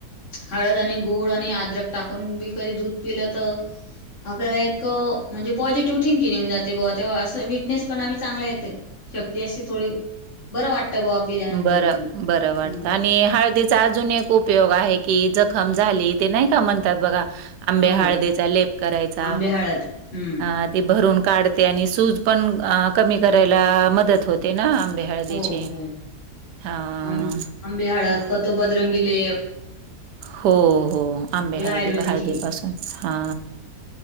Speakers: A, on the left (about 50°); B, on the right (about 85°).
A: हळद आणि गुळ आणि आद्रक टाकून बी कधी दूध पिलंतं आपल्याला इतकं म्हणजे पॉझिटिव्ह थिंकिन येऊन जातयं बगा तेव्हा असं विटनेस पणा चांगला येतेय. शक्ती अशी थोडी बरं वाटतं बुवा पिल्यानंतर
B: बर
A: दूध.
B: बरं वाटतं
A: हं,
B: आणि हळदीचा अजून एक उपयोग आहे. की जखम झाली, ते नाही का म्हणतात. बघा की आंबे
A: हो
B: हळदे चा लेप करायचा
A: आंबे हळद हम्म.
B: अ ते भरून काढते आणि सूज पण कमी करायला, मदत होते ना. हळदीची.
A: हो आं
B: हां.
A: आंबे हळद पतोबदरंगीलेप.
B: हो हो आंबे हळदी
A: आयुर्वेदिक
B: हळदीपासून
A: हे.
B: हा